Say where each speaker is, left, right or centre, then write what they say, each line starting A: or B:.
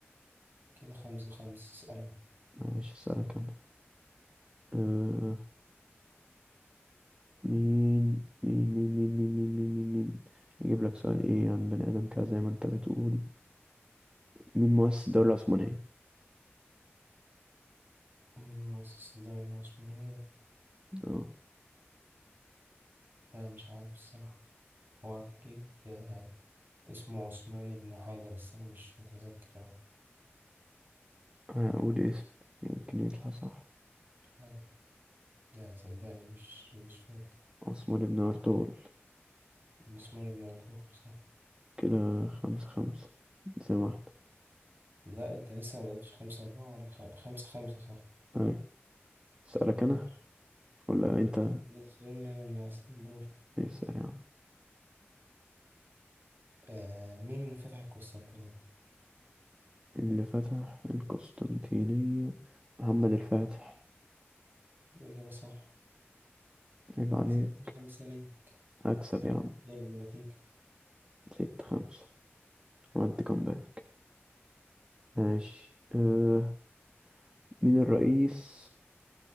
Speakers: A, on the right; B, on the right.
A: كده خمسة خمسة اسألني
B: ماشي أسألك أنا آه مين مين مين مين مين مين مين مين مين أجيب لك سؤال إيه عن بني آدم كده زي ما أنت بتقول مين مؤسس الدولة العثمانية؟
A: مين مؤسس الدولة العثمانية
B: آه
A: ده مش عارف الصراحة هو أكيد آه، اسمه عثمان بن حاجة بس أنا مش متذكر أوي
B: هقول اسم يمكن يطلع صح
A: حاجة يعني صدقني مش مش فاكر
B: عثمان بن أرطغرل
A: عثمان بن عرطوخ صح
B: كده خمسة خمسة زي ما احنا
A: لا أنت لسه مجبتش خمسة أربعة ولا خ... خمسة خمسة صح
B: أي أسألك
A: ماشي
B: أنا ولا أنت
A: لسه إن أنا اللي هسأل دول
B: اسأل يا عم
A: آه مين اللي فتح القسطنطينية؟
B: اللي فتح القسطنطينية محمد الفاتح
A: الإجابة صح
B: عيب عليه
A: ستة خمسة ليه
B: أكسب
A: عرفت
B: يا عم
A: اتنين بالنتيجة
B: ستة خمسة عملت كومباك ماشي أه مين الرئيس